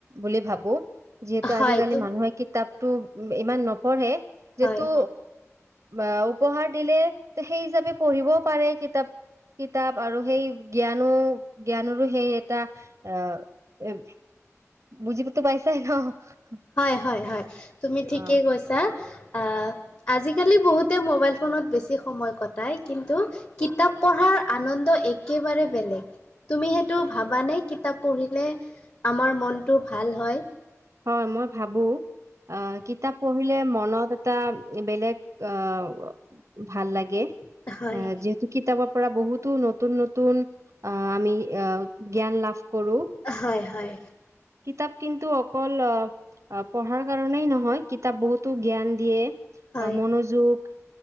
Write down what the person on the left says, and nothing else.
হয়
তুম
হয়
হয় হয় হয় তুমি ঠিকে
কৈছা আহ আজিকালি বহুতে মোবাইল ফোনত বেছি সময় কটাই কিন্তু কিতাপ পঢ়াৰ আনন্দ একেবাৰে বেলেগ তুমি সেইটো ভাবানে কিতাপ পঢ়িলে আমাৰ <unintelligible> মনটো ভাল হয়
হয়
হয় হয়
হয়।